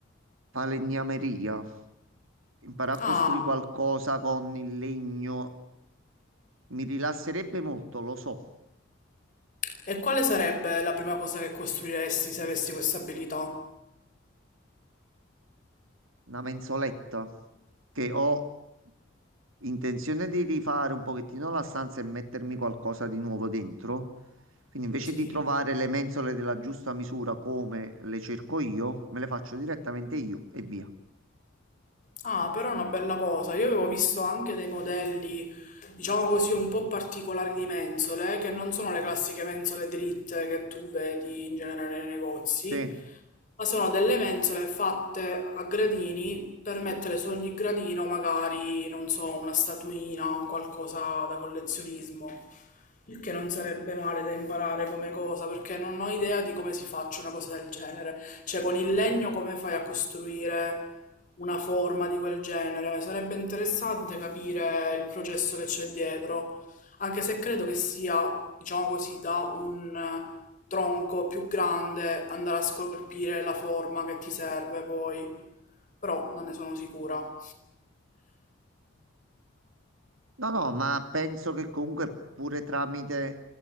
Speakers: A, on the right; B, on the left.
A: Falegnameria. Imparare
B: Ah,
A: a costruire qualcosa con il legno mi rilasserebbe molto, lo so.
B: e quale sarebbe la prima cosa che costruiresti se avessi questa abilità?
A: Una mensoletta che ho intenzione di rifare un pochettino la stanza e mettermi qualcosa di nuovo dentro. Quindi invece
B: Sì.
A: di trovare le mensole della giusta misura come le cerco io, me le faccio direttamente io e via.
B: Ah, però è una bella cosa. Io avevo visto anche dei modelli, diciamo così, un po' particolari di mensole, che non sono le classiche mensole dritte che tu vedi in genere nei negozi,
A: Sì.
B: ma sono delle mensole fatte a gradini per mettere su ogni gradino magari, non so, una statuina o un qualcosa da collezionismo. Il che non sarebbe male da imparare come cosa, perché non ho idea di come si faccia una cosa del genere. Cioè, con il legno come fai a costruire una forma di quel genere? Sarebbe interessante capire il processo che c'è dietro, anche se credo che sia, diciamo così, da un eh, tronco più grande andare a scolpire la forma che ti serve poi, però non ne sono sicura.
A: No, no, ma penso che comunque pure tramite